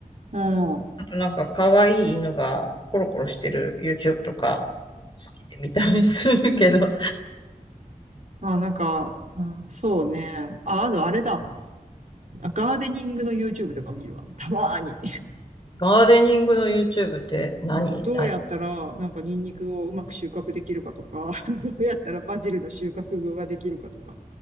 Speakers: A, on the right; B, on the left.
A: うん。
B: あとなんか可愛い犬がコロコロしてる YouTube とか、好きで見たりするけど、
A: まあなんか、うん、そうね。あ、あとあれだ。ガーデニングの YouTube とか見るわ。たまーに。
B: <laughs> ガーデニングの YouTube って何何
A: うん、どうやったら、なんかニンニクをうまく収穫できるかとか、<laughs> どうやったらバジルの収穫ができるかとか。